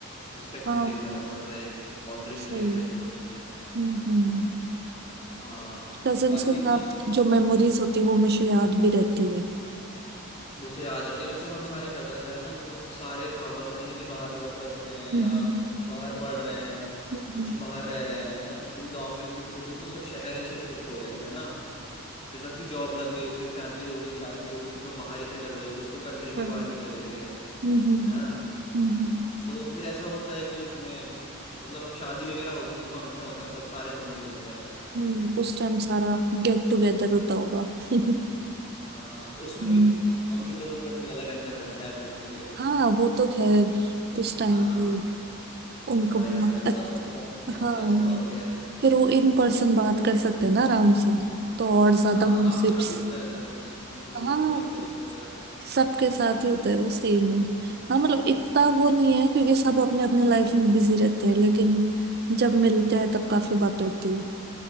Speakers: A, on the left; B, on the right.
A: रिस्पेक्ट
B: हाँ
A: मेंटेन करना पड़ता है एक बाउंड्री
B: सही
A: मेंटेन करनी पड़ती है
B: हम्म हम्म
A: हाँ
B: cousins
A: बाकी
B: के साथ
A: तो
B: जो मेमोरीज होती है वो मुझे याद भी रहती है
A: वो तो याद रहती है जैसे हम सारे कजन्स हैं ना लगभग सारे कहाँ कहीं ना कहीं बाहर जॉब करते हैं
B: हम्म,
A: या बाहर पढ़ रहे हैं
B: हम्म
A: कुछ बाहर रह रहे हैं है ना क्योंकि गांव में इतनी फैसिलिटी थी तो सब शहर ही शिफ्ट हो गए थे है ना फिर सबकी जॉब लग गई फिर फैमिली हो गई शादी हो गई तो सब बाहर ही सेटल हो गए कुछ तो कंट्री के
B: हम्म
A: बाहर भी चले गए है
B: हम्म,
A: ना
B: हम्म,
A: तो फिर ऐसा होता है कि उसमें मतलब अब शादी वगैरह होती है फंक्शन होता है तब सारे हम लोग मिलते हैं फिर
B: हम्म, उस टाइम सारा गेट टुगेदर होता होगा <laughs>
A: हाँ उसमें
B: हम्म।
A: भी मम्मी लोगों की अपनी अलग अंदर पंचायत होती है
B: हाँ वो तो खैर उस
A: कि
B: टाइम
A: हाँ
B: पे उनको
A: हमारे
B: भी
A: यहाँ तो ऐसा
B: अच्छा
A: हो गया उनके यहाँ
B: हाँ
A: तो ऐसा हो गया
B: फिर वो इन पर्सन बात कर सकते हैं ना आराम से तो और ज्यादा
A: हाँ
B: गॉसिप्स
A: आपके यहाँ भी होता है ऐसा कुछ मम्मी लोगों
B: हाँ
A: के और कजन वगैरह में
B: सबके साथ ही होता है वो सेम है हाँ मतलब इतना वो नहीं है क्योंकि सब अपने अपने लाइफ में बिजी रहते हैं लेकिन जब मिलते हैं तब काफी बातें होती है